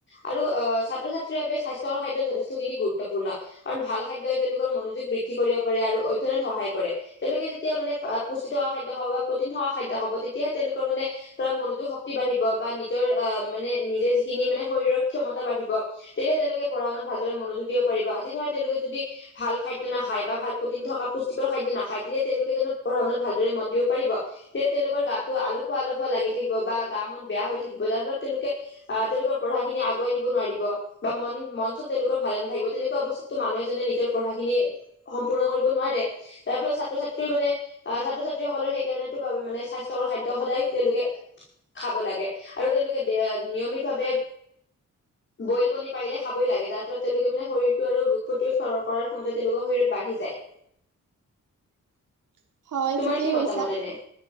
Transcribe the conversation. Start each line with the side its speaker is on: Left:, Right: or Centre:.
Left: আৰু আহ ছাত্ৰ ছাত্ৰীৰ বাবে স্বাস্থ্যৰ খাদ্য যথেষ্টখিনি গুৰুত্বপূৰ্ণ কাৰণ ভাল খাদ্যয় তেওঁলোকৰ মন বৃদ্ধি কৰিব পাৰে আৰু অধ্যয়ন সহায় কৰে তেওঁলোকে যেতিয়া মানে পুষ্টিত থকা খাদ্য খাব বা প্ৰটিন থকা খাদ্য হ'ব তেতিয়াহে তেওঁলোকৰ মানে ধৰা মনোযোগ শক্তি বাঢ়িব বা নিজৰ আহ মানে নিজে যিখিনি মানে শৰীৰ ক্ষমতা বাঢ়িব। তেতিয়া তেওঁলোকে পঢ়াশুনাৰ ভালৰে মনযোগ দিব পাৰিব আজি ধলোকে য ভাল। খাদ্য নাখায় বা ভাল প্ৰ থকা পুষ্টিকৰ খাদ্য নাখায় তেতিয়া তেওঁলোকেন পঢ়াশুনাত মন দিব পাৰিব তেতিয়া তেওঁলোকৰ গাতটো আলহুৱা আলহুৱা লাগি থাকিব বা গা মন বেয়া হৈ থাকিব যাৰ ফলত তেওঁলোকে আহ তেওঁলোকৰ গাই নিব নিব বা মন মন চন তেওঁলোকৰ ভাল নাথাকিব তেনেকুৱা অৱস্থাতো মানুহনে নিজৰ পঢাখিনি সম্পূৰ্ণ কৰিব নোৱাৰে তাৰ ফলত ছাত্ৰ ছাত্ৰীও মানে আহ ছাত্ৰ ছাত্ৰীসকলৰ সেইকাৰণে। মানে স্বাস্থ্যৰ খাদ্য সদায় তেওঁলোকে। খাব লাগে আৰু তেওঁলোকে দে নিয়মিত ভাৱে। বইল কণী পাৰিলে খাবই লাগে যাৰ ফলত তেওঁলোকে মানে শৰীৰটো আৰু ৰোগ প্ৰতিৰোধ কৰাৰ ক্ষমতে তেওঁলোকৰ শৰীৰত বাঢ়ি। যায়।
Right: <inaudible> হয়
Left: তোমাৰ
Right: ঠিকেই
Left: কি
Right: কৈছা।
Left: মতামত এনে